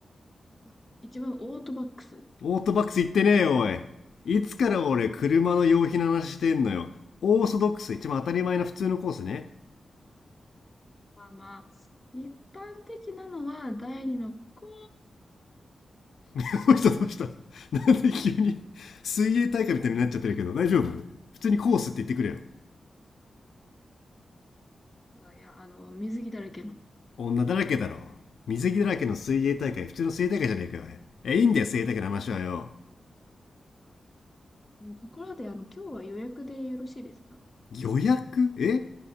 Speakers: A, on the left (about 15°); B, on the left (about 85°).
A: あ一番オートバックス。
B: オートバックス行ってねえよ、おい。いつから俺、車の用品の話してんのよ。オーソドックス、一番当たり前な普通のコースね。
A: まあまあ、一般的なのは第2の子
B: どうしたどうした <laughs> なんで急に、水泳大会みたいになっちゃってるけど、大丈夫普通にコースって言ってくれよ。
A: あ、いや、あの、水着だらけの。
B: 女だらけだろ。水着だらけの水泳大会、普通の水泳大会じゃねえかよ。え、いいんだよ、水泳大会の話はよ。
A: うんところで、あの、今日は予約でよろしいですか
B: 予約え